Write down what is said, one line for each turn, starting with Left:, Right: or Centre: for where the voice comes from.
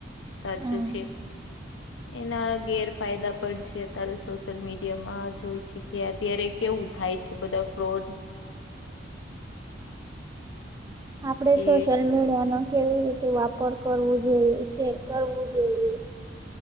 Left: સાચું
Right: હા
Left: છે. એના ગેરફાયદા પણ છે અત્યારે સોશિયલ મીડિયામાં જોય છે કે અત્યારે કેવું થાય છે બધા ફ્રોડ
Right: આપણે
Left: કે
Right: સોશિયલ મીડિયા નો કેવી રીતે વાપર કરવો જોઈએ શેર કરવું જોઈએ